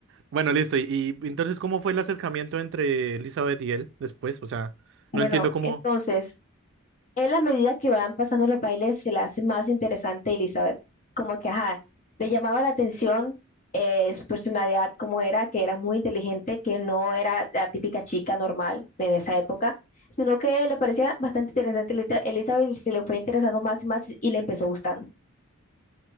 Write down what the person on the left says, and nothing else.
Bueno,
entonces. Él a medida que van pasando los bailes se le hace más interesante Elizabeth, como que, ajá, le llamaba la atención eh, su personalidad, como era, que era muy inteligente, que no era la típica chica normal en esa época, sino que le parecía bastante interesante Elita- Elizabeth y se le fue interesando más y más y le empezó gustando.